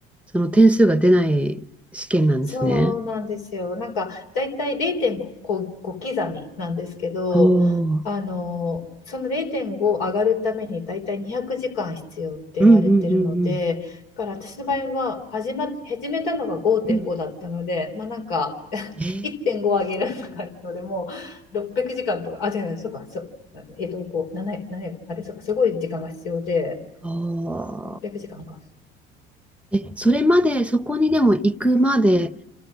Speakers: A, in the centre; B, on the left.
A: その点数が出ない試験なんですね。
B: そうなんですよ。なんかだいたい0.5刻みなんですけど、
A: おお。うん
B: あのその0.5上がるためにだいたい200時間必要って言われてるので、
A: うんうん
B: だから私の場合は始ま始めたのが5.5だったので、
A: うん。うん
B: まあなんか <laughs>
A: えー
B: 1.5上げるとかのでもう600時間とか、あ、違う違う、そうか、そう、えっと、こう、7、7、あれ、そうか、すごい時間が必要で、
A: あ
B: 600時間かんか。
A: ーえ、それまで、そこにでも行くまで